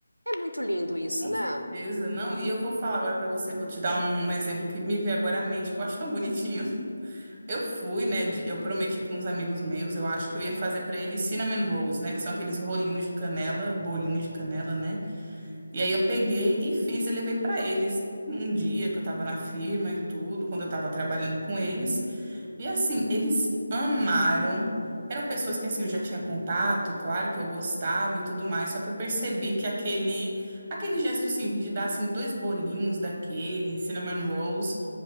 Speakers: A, on the right; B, on the right.
A: É muito lindo isso,
B: Com
A: né?
B: certeza, não. E eu vou falar agora pra você, vou te dar um, um exemplo que me veio agora à mente, que eu acho tão bonitinho. Eu fui, né? de- eu prometi pra uns amigos meus, eu acho que eu ia fazer pra eles cinnamon rolls, né? Que são aqueles rolinhos de canela, bolinhos de canela, né? E aí eu peguei e fiz e levei para eles um dia que eu estava na firma e tudo, quando eu estava trabalhando com eles. E assim, eles amaram. Eram pessoas que assim eu já tinha contato, claro que eu gostava e tudo mais, só que eu percebi que aquele aquele gesto simples de dar assim dois bolinhos daquele cinnamon rolls